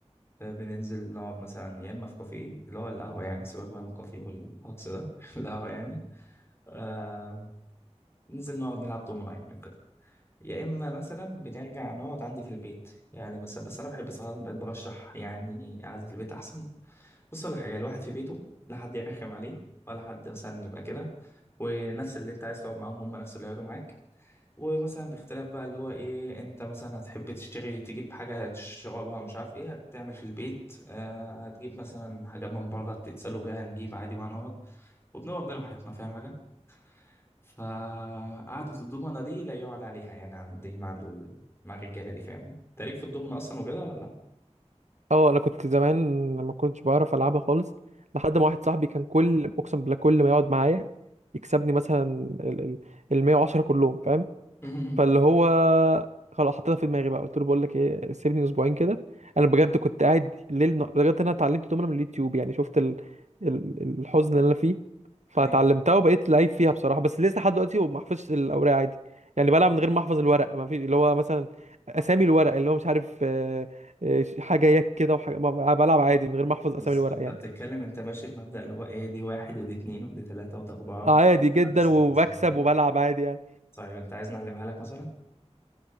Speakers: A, on the left (about 20°); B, on the right (about 85°).
A: آه بننزل نقعد مثلا يا إما في كافيه اللي هو القهوة يعني سيبك بقى من الكافيه والهجص ده <laughs> القهوة يعني آه ننزل نقعد نلعب دومنة يعني وكده يا إما مثلا بنرجع نقعد عندي في البيت يعني مثلا بس أنا بحب صراحة بقيت برشح يعني قعدة البيت أحسن بص ولا حاجة الواحد في بيته لا حد يرخم عليه ولا حد مثلا يبقى كده ونفس اللي أنت عايز تقعد معاهم هم نفس اللي هيقعدوا معاك ومثلا باختلاف بقى اللي هو ايه انت مثلا هتحب تشتري تجيب حاجة تشربها مش عارف ايه هتعمل في البيت آه هتجيب مثلا حاجات من بره تتسلوا بيها هنجيب عادي وهنقعد وبنبقى واخدين راحتنا فاهم حاجة فقعدة الضمنة دي لا يقعد عليها يعني عندي مع ال... مع الرجالة دي فاهم انت ليك في الضمنة اصلا وكده ولا؟
B: اه انا كنت زمان ما كنتش بعرف العبها خالص لحد ما واحد صاحبي كان كل اقسم بالله كل ما يقعد معايا يكسبني مثلا ال ال- 110 كلهم فاهم
A: <laughs>
B: فاللي هو خلاص حطيتها في دماغي بقى قلت له بقول لك ايه سيبني اسبوعين كده انا بجد كنت قاعد ليل نهار بجد انا اتعلمت دومنا من اليوتيوب يعني شفت ال... ال... الحزن اللي انا فيه فتعلمتها
A: ايوه
B: وبقيت لعيب فيها بصراحه بس لسه لحد دلوقتي ما بحفظش الاوراق عادي يعني بلعب من غير ما احفظ الورق ما فيش اللي هو مثلا اسامي الورق اللي هو مش عارف آه، آه، حاجه يك كده وحاجه ما- ما- بلعب عادي من غير ما احفظ
A: بص
B: اسامي الورق
A: انت
B: يعني
A: بتتكلم انت ماشي بمبدأ اللي هو ايه دي واحد ودي اتنين ودي تلاتة ودي أربعة
B: آه، عادي جدا
A: عدد ستة
B: وبكسب
A: اسمها كده
B: وبلعب عادي يعني
A: طيب انت عايز نعلمها لك مثلا؟